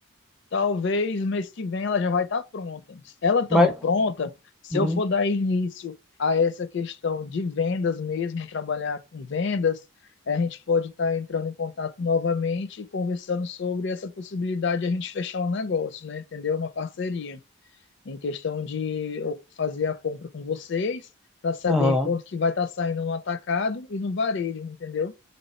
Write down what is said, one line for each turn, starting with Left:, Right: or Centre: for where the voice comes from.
Left: Talvez mês que vem ela já vai estar pronta. Ela estando
Centre: Mas,
Left: pronta, se
Centre: uhum.
Left: eu for dar início a essa questão de vendas mesmo, trabalhar com vendas, eh, a gente pode estar entrando em contato novamente e conversando sobre essa possibilidade de a gente fechar um negócio, né? Entendeu? Uma parceria em questão de eu fazer a compra com vocês para saber
Centre: Aham,
Left: quanto que vai estar saindo no atacado e no varejo, entendeu?